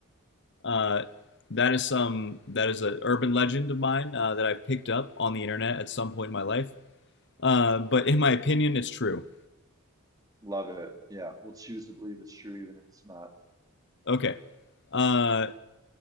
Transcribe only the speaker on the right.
Love it. Yeah, we'll choose to believe it's true even if it's not.